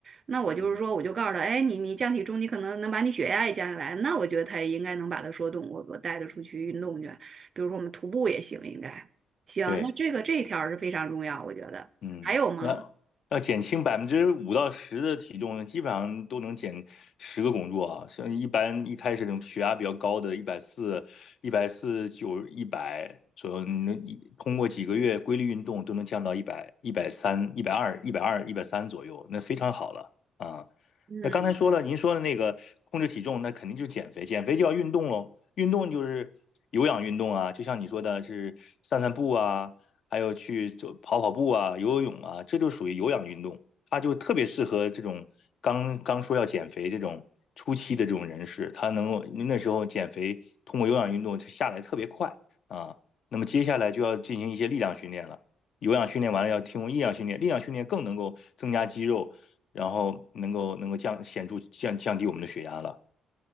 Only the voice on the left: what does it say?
嗯，
对。
嗯，
那要减轻百分之五到十的体重呢，基本上都能减十个工作啊。像一般一开始那种血压比较高的，一百四、一百四九、一百左右，你能一通过几个月规律运动都能降到一百、一百三、一百二、一百二、一百三左右，那非常好了啊。
那刚才说了，您说的那个控制体重，那肯定就是减肥，减肥就要运动喽。运动就是有氧运动啊，就像你说的是散散步啊，还有去走跑跑步啊、游游泳啊，这就属于有氧运动，它就特别适合这种刚刚说要减肥这种初期的这种人士，他能够那时候减肥通过有氧运动它下来特别快啊。那么接下来就要进行一些力量训练了，有氧训练完了要提供力量训练，力量训练更能够增加肌肉，然后能够能够降显著降降低我们的血压了。